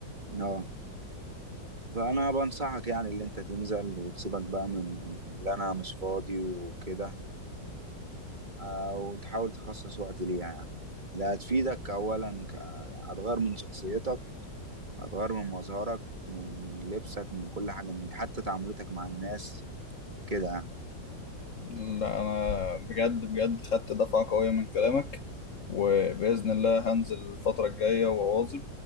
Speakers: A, on the right; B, on the left.
A: اه فانا بنصحك يعني اللي انت تنزل وتسيبك بقى من اللي انا مش فاضي وكده آه، وتحاول تخصص وقت ليها يعني ده هتفيدك اولا ك... هتغير من شخصيتك هتغير من مظهرك من لبسك من كل حاجة من دي حتى تعاملتك مع الناس كده يعني
B: لا انا بجد بجد خدت دفعه قويه من كلامك وباذن الله هنزل الفتره الجايه وأواظب